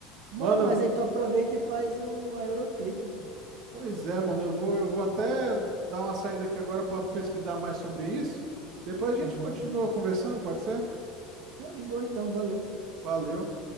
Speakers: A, on the right; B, on the right.
A: Mano,
B: Mano, eu
A: mas
B: vou...
A: aí tu aproveita e faz uma Eurotrip, pô.
B: Pois é, mano, eu vou, eu vou até dar uma saída aqui agora para pesquisar mais sobre isso. Depois a gente
A: Aham.
B: continua conversando, pode ser?
A: É de boa então, valeu.
B: Valeu.